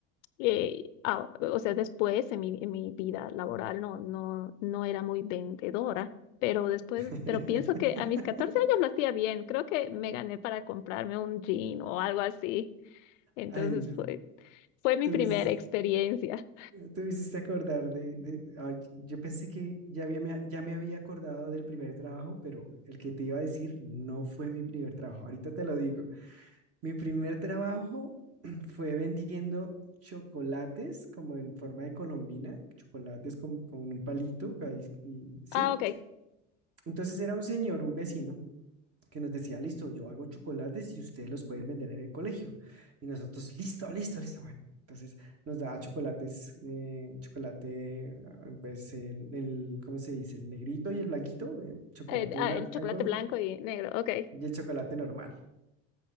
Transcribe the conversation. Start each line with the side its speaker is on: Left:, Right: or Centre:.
Left: eh, ah, o sea, después en mi, en mi vida laboral no, no, no era muy vendedora, pero después,
Right: <laughs>
Left: pero pienso que a mis 14 años lo hacía bien. Creo que me gané para comprarme un jean o algo así. Entonces
Right: Ay, no.
Left: fue, fue mi
Right: Tú
Left: primera
Right: me hiciste,
Left: experiencia.
Right: tú me hiciste acordar de, de- ay, yo pensé que ya había, me- ya me había acordado del primer trabajo, pero el que te iba a decir no fue mi primer trabajo. Ahorita te lo digo. Mi primer trabajo <clears throat> fue vendiendo chocolates como en forma de colombina, chocolates con, con un palito, ahí- y- ¿sí?
Left: Ah, ok.
Right: Entonces era un señor, un vecino, que nos decía, listo, yo hago chocolates y ustedes los pueden vender en el colegio. Y nosotros, listo, listo, listo, bueno. Entonces nos daba chocolates, eh, chocolate, ah, pues el, el, ¿cómo se dice? El negrito y el blanquito, eh, chocolate
Left: Eh, ah,
Right: blanco
Left: el chocolate blanco y negro, ok.
Right: y el chocolate normal.